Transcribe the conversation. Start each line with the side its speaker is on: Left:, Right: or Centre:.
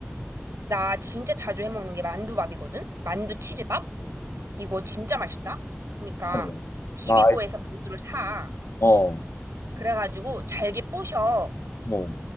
Right: 나 진짜 자주 해먹는 게 만두밥이거든? 만두 치즈밥? 이거 진짜 맛있다? 그러니까,
Left: 어,
Right: 비비고에서
Left: 나
Right: 만두를 사.
Left: 어,
Right: 그래가지고 잘게 부셔.
Left: 뭐,